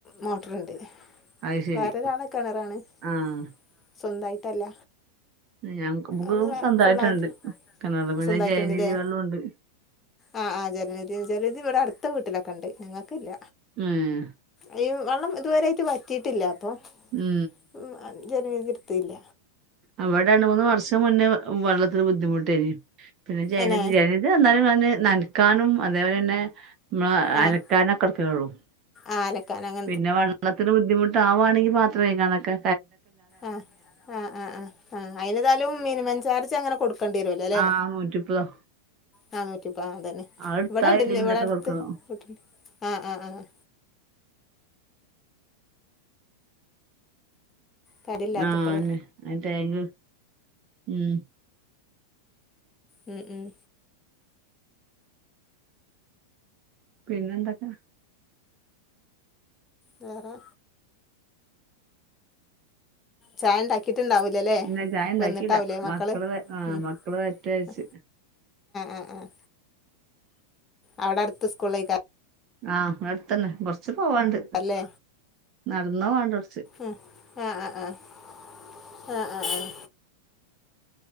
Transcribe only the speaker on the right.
അത് ശരി
ആഹ്
ഞമുക്ക് ഫുള്ളും
സ്വന്തായിട്ടുണ്ട്
കെണറ് പിന്നെ
ജലനിതി വെള്ളോണ്ട്.
ഏഹ്
ഉം
അവ്ടെ രണ്ട് മൂന്ന് വർഷം മുന്നെ വെള്ളത്തിന് ബുദ്ധിമുട്ടേനീ പിന്നെ ജന
ജന ഇത് എന്നാലും പിന്നെ നനക്കാനും അതേപോലെ ന്നെ മ്മള് അല
ക്കാനൊക്കെടുക്കയുള്ളൂ.
പിന്നെ വെള്ളത്തിന് ബുദ്ധിമുട്ടാ വുവാണെങ്കി പാത്രംകഴ്കാ നൊക്കെ
ആഹ് നൂറ്റിമുപ്പതോ
അത് എടുത്താ
ഇല്ലെങ്കിലൊക്കെ
കൊടുക്കണം
ആഹ് അന്നെ താങ്ക്യൂ ഉം
പിന്നെന്തൊക്കെ
ഇല്ല ചായ ഉണ്ടാക്കിയില്ല
വ- ആ
മക്കള് വരട്ടെച്ച്
ആഹ് വ്‌ടഅടുത്തന്നെ കൊറച്ച് പോവാണ്ട്
നടന്ന് പോവാണ്ട് കൊറച്ച്